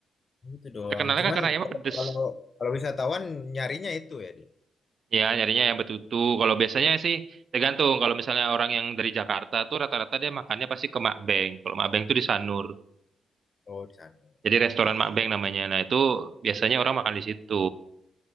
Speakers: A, on the left; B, on the right.
A: gitu doang.
B: Terkenalnya
A: Cuman
B: kan karena ayamnya
A: kalau
B: pedes.
A: kalau kalau wisatawan nyarinya itu ya dia.
B: Ya, nyarinya yang betutu. Kalau biasanya sih tergantung. Kalau misalnya orang yang dari Jakarta tuh rata-rata dia makannya pasti ke Makbeng. Kalau Makbeng tuh di Sanur.
A: Oh di sana.
B: Jadi restoran
A: Ah.
B: Makbeng namanya. Nah, itu biasanya orang makan di situ.